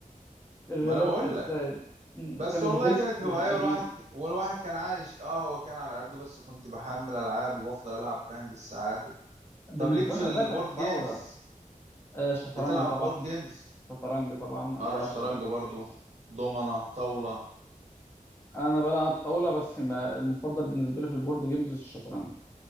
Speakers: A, on the left; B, on the right.
A: الرامات
B: ما انا بقول
A: نفسها
B: لك
A: يعني. مم.
B: بس
A: كان
B: والله
A: الديسك
B: كانت
A: القديم
B: هوايه والواحد والواحد كان عايش اه هو كان على قده بس كنت بحمل العاب وبفضل العب فاهم بالساعات و...
A: بالنسبة
B: طب ليك في
A: لنا
B: البورد
A: ده كانت ثورة
B: جيمز
A: آه، الشطرنج
B: بتلعب
A: طبعا
B: بورد جيمز
A: الشطرنج طبعا أنا
B: آه،
A: بلعب
B: انا شطرنج
A: شطرنج
B: برضو
A: كويس
B: دومنة طاولة
A: أنا بلعب طاولة بس ما المفضل بالنسبة لي في البورد جيمز الشطرنج